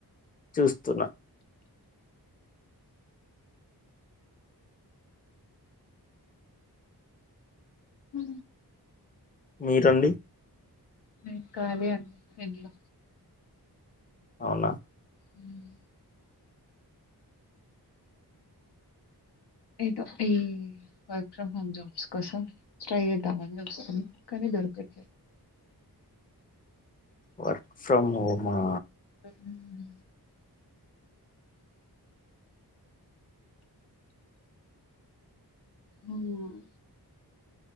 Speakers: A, on the left (about 20°); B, on the left (about 85°).
A: చూస్తున్నా
B: హూ
A: మీరండి
B: మేం ఖాళీ అంది ఇంట్లో
A: అవునా
B: ఉమ్ ఏదో ఈ వర్క్ ఫ్రమ్ హోమ్ జాబ్స్ కోసం ట్రై చేద్దామని చూస్తూన్న కానీ దొర్కట్ లే
A: వర్క్ ఫ్రమ్ హోమా
B: మ్మ్ ఉమ్